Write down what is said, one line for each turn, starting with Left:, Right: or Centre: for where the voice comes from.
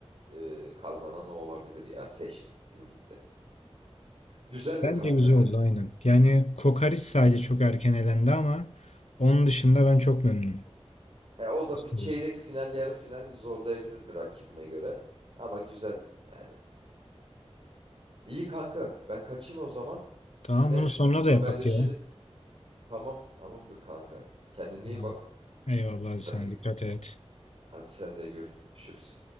Right: e, kazanan o olabilir ya. Seçtim gitti. Güzeldi
Left: Bence
Right: kanka.
Left: güzel oldu aynen. Yani Kokariç sadece çok erken elendi ama onun dışında ben çok memnunum.
Right: E, o da
Left: İsterim.
Right: bir çeyrek final, yarı final zorlayabilirdi rakibine göre. Ama güzel yani. İyi kanka. Ben kaçayım o zaman.
Left: Tamam
Right: Yine
Left: bunu sonra
Right: haberleşiriz.
Left: da yapak ya.
Right: Tamam, tamamdır kanka. Kendine
Left: Tamam.
Right: iyi bak.
Left: Eyvallah sen
Right: Hadi
Left: dikkat et.
Right: hadi sen de görüşürüz.